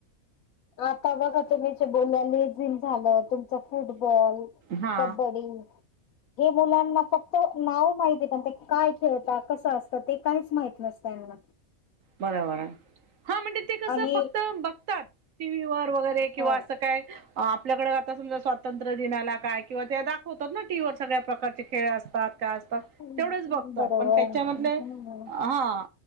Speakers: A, on the left; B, on the right.
A: आता बघा तुम्हीचं बोल्यानी जन झालं तुमच फुटबॉल,
B: हा
A: कबड्डी हे मुलांना फक्त नाव माहिती पण ते काय खेळतात कसं असतं ते काहीच माहित नसतं त्यांना.
B: बरं बरं हा म्हणजे ते कस
A: आणि
B: फक्त बघतात टीव्ही वरं वैगरे किंवा
A: हो
B: असं काय आपल्याकडे आता समजा स्वातंत्र्य दिनाला काय किंवा त्या दाखवतात ना टीव्ही वर सगळ्या प्रकारचे खेळ असतात. असतात
A: बरोबर
B: तेवढच बघतात, पण त्याच्यामधले
A: हम्म.
B: हा